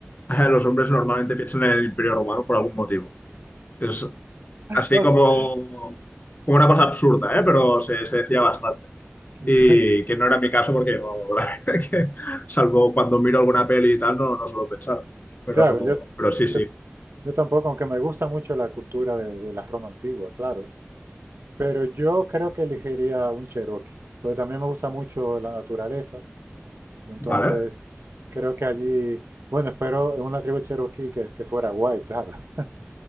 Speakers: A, on the left; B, on the right.
A: <laughs> los hombres normalmente piensan en el Imperio Romano por algún motivo. Es así
B: O
A: como,
B: sea,
A: como una cosa absurda, ¿eh? Pero se, se decía bastante.
B: <laughs>
A: Y que no era mi caso porque, no- <laughs> la verdad que, salvo cuando miro alguna peli y tal, no, no suelo pensar. Pero,
B: Claro, yo,
A: pero sí,
B: yo,
A: sí,
B: yo tampoco, aunque me gusta mucho la cultura de, de la Roma antigua, claro, pero yo creo que elegiría un Cherokee, porque también me gusta mucho la naturaleza. Y entonces
A: ¿vale?
B: creo que allí, bueno, espero en una tribu cherokee que, que fuera guay, claro. <laughs>